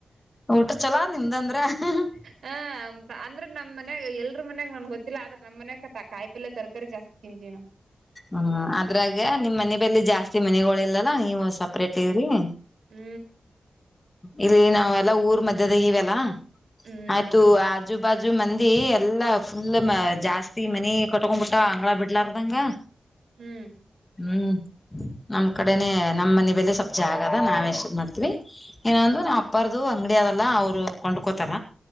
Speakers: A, on the left; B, on the right.
A: ಊಟ ಚಲೋ ನಿಮ್ದಂದ್ರ ಹ್ಮ
B: ಹ ಅಂದ್ರೆ ನಮ್ಮ ಮನೆಗ್ ಎಲ್ರ ಮನ್ಗ ನನ್ ಗೊತ್ತಿಲ್ಲ ಆದ್ರ ನಮ್ಮನ್ಯಾಗ ಕಾಯಿ ಪಲ್ಯ ತರ ಕಾರಿ ಜಾಸ್ತಿ ತಿಂತೀನ
A: ಹೂ ಅದ್ರಾಗ ನಿಮ್ ಮನೆ ಬಲಿ ಜಾಸ್ತಿ ಮನಿಗೋಳ ಇಲ್ಲಲ್ಲ ನೀವು ಸಪ್ರೇಟ್ ಇದ್ರರಿ
B: ಹೂ
A: ಇಲ್ಲಿ ನಾವೆಲ್ಲಾ ಊರ್ ಮಧ್ಯದಾಗ ಇವೆಲ್ಲಾ
B: ಹ್ಮ್
A: ಆಯ್ತು ಆಜುಬಾಜು ಬಾಜು ಮಂದಿ ಎಲ್ಲಾ ಫುಲ್ ಜಾಸ್ತಿ ಮನಿ ಕಟ್ಕೊಂಡ್ ಬಿಟ್ಟಾವ ಅಂಗ್ಗಳ ಬಿಡ್ಲಾರದಂಗ
B: ಹೂ
A: ಹು ನಮ್ ಕಡೆನೆ ನಮ್ಮ್ ಮನೆ ಬಲೆ ಸ್ವಲ್ಪ ಜಾಗ ಅದಾ ನಾವ ಎಷ್ಟ್ ಮಾಡ್ತೀವಿ ಇನ್ನೊಂದು
B: ಹ್ಮ್
A: ನಾ
B: ಹ್ಮ್
A: ಅಪ್ಪಾರ್ದು ಅಂಗ್ಡಿ ಅದಲ್ಲ ಅವ್ರು ಕೊಂಡ್ಕೋತಾರ